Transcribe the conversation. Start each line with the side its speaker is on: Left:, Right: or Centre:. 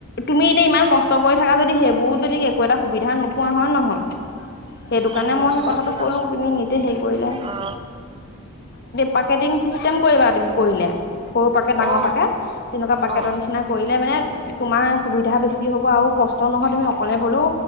Left: তুমি এতিয়া ইমান কষ্ট কৰি থাকা যদি সেইবোৰ যদি একো এটা সুবিধা নোপোৱা হয় নহয়। সেইটো কাৰণে
Right: উম,
Left: মই সেই
Right: ঘৰত
Left: কথাটো
Right: নাই।
Left: কলো তুমি নিদে হেৰি কৰিলে।
Right: অ
Left: পাকেটিং চিষ্টেম কৰিবা তুমি কৰিলে। সৰু পাকেট ডাঙৰ
Right: অ
Left: পাকেত তেনেকুৱা পাকেতৰ
Right: অ অ
Left: নিচিনা কৰিলে মানে তোমাৰ সুবিধা বেছি হব আৰু কষ্ট নহয় তুমি অকলে হ'লেও।